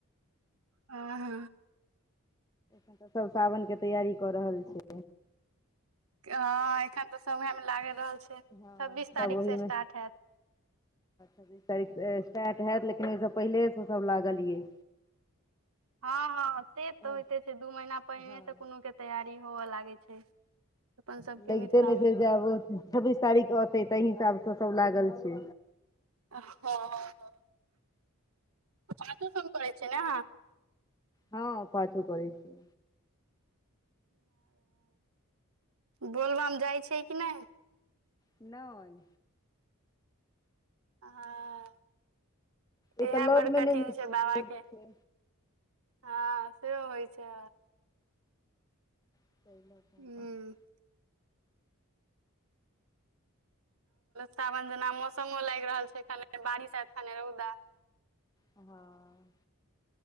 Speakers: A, on the right; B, on the left.
A: अ ह
B: सब सावन के तैयारी क रहल छैय।
A: हँ एखन तऽ सब उहेमे लागल रहल छैय
B: सभ
A: छब्बीस तारीख
B: ओहिमे
A: से स्टार्ट हैत।
B: तारीख स्टार्ट होैत लेकिन ओहिसँ पहिलेसँ सब लागलियै।
A: हँ हँ, से तऽ
B: हँ
A: होइते छै। दू महीना पहिने
B: हँ
A: सँ कोनो कोनो तैयारी होबए लगै छै। अपन सबके
B: लगिते
A: मिथिला
B: ने,
A: मे
B: फेर जे आब छब्बीस तारीख अबै ताहि हिसाब सँ सभ लागल छै।
A: हँ, पाछो सेहो करै छै ने।
B: हँ, पाछो करै छी।
A: बोलबम जाइ छै कि नहि?
B: नहि
A: हँ,
B: ई
A: इएह
B: तऽ लगमे
A: बड़ कठिन
B: नहि ने
A: छै बाबाकेँ।
B: दूर छै
A: हँ से होइ छै।
B: <unintelligible>
A: ह सावन जेना मौसमो लागि रहल छै, खने बारिश अबै छै खने रौदा निकलि जाइ छै।
B: हँ,